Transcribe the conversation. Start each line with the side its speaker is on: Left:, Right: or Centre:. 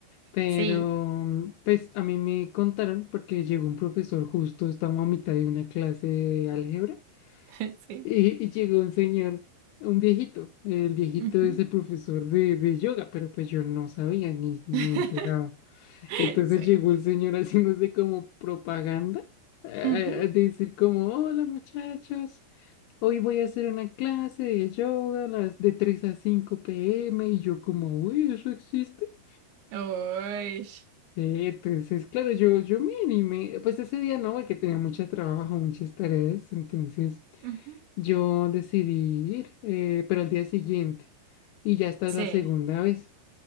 Left: pero
Right: sí,
Left: pues a mí me contaron porque llegó un profesor justo, estamos a mitad de una clase de álgebra
Right: <laughs> sí,
Left: y, y llegó un señor, un viejito, el viejito
Right: ujú,
Left: es el profesor de, de yoga, pero pues yo no sabía ni, ni
Right: <laughs>
Left: enterado. Entonces
Right: sí,
Left: llegó el señor <laughs> haciéndose como propaganda, eh,
Right: ujú,
Left: a decir como, hola muchachos. Hoy voy a hacer una clase de yoga a las de 3 a 5 pm y yo como, uy, ¿eso existe?
Right: uy,
Left: Eh, entonces, claro, yo, yo me animé, pues ese día no, porque tenía mucho trabajo, muchas tareas, entonces
Right: ujú,
Left: yo decidí ir, eh, pero al día siguiente, y ya esta
Right: sí.
Left: es la segunda vez.